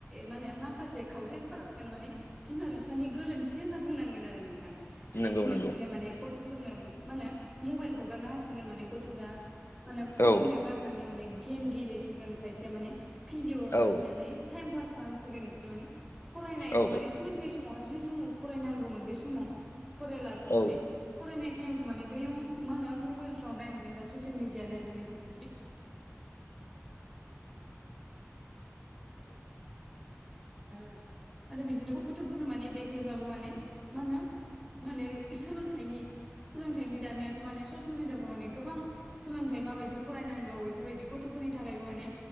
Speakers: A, in the centre; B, on the left.
A: माने माखासे खावसे बाहागोआनो माने बिमा बिफानि गोरोन्थि होनना बुंनांगोन आरो नोंथां। माने
B: नंगौ
A: बिमा
B: नंगौ
A: बिफाया माने गथ'फोरनो मा होनो मबेइल हगारना होसिगोन माने गथ'फ्रा। माने फरायनो
B: औ
A: गारनानै माने गेम गेलेसिगोन खायसेया माने भिडिअ नायनानै
B: औ
A: टाइम पास खालामसिगोन इदिनो माने फरायनायाव
B: औ
A: माने सोलोंथाइ समावहाय जि समाव फरायनांगौमोन बे समाव फरायलासिनो
B: औ
A: माने फरायनाय टाइम खौ माने बे मा होनो मबाइल फाव नायनानै बा ससियेल मिडिया नायनानै <unintelligible> <unintelligible> <unintelligible> गाज्रि आरो आरो बिदिनो गथ'फोरनो माने देखायब्लाबो माने मा होनो माने सोलोंथाइनि सोलोंथाइनि दानियाथ' माने ससियेल मिडियाफ्राव माने गोबां सोलोंथाइ माबायदि। फरायनांगौ इफोरबायदि गथ'फोरनि थाखायबो माने